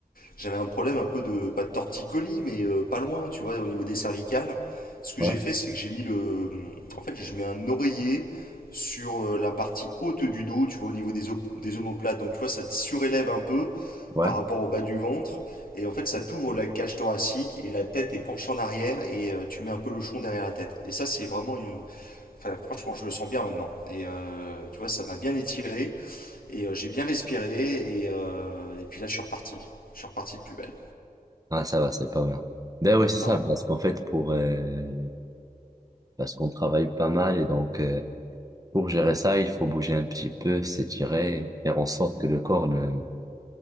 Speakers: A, on the left; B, on the right.
A: J'avais un problème un peu de. Pas de torticolis, mais euh, pas loin, tu vois, au niveau des cervicales. Ce que
B: Ouais,
A: j'ai fait, c'est que j'ai mis le. En fait, je mets un oreiller sur euh, la partie haute du dos, tu vois, au niveau des, op- des omoplates. Donc, tu vois, ça te surélève un peu
B: ouais.
A: par rapport au bas du ventre. Et en fait, ça t'ouvre la cage thoracique et la tête est penchée en arrière et euh, tu mets un peu le chon derrière la tête. Et ça, c'est vraiment une. Enfin, franchement, je me sens bien maintenant. Et euh, tu vois, ça m'a bien étiré. Et euh, j'ai bien respiré, et, euh, et puis là, je suis reparti. Je suis reparti de plus belle.
B: Ah, ça va, c'est pas mal. Ben ouais, c'est ça,
A: Ouais.
B: parce qu'en fait, pour euh, parce qu'on travaille pas mal et donc euh, pour gérer ça, il faut bouger un petit peu, s'étirer, faire en sorte que le corps ne,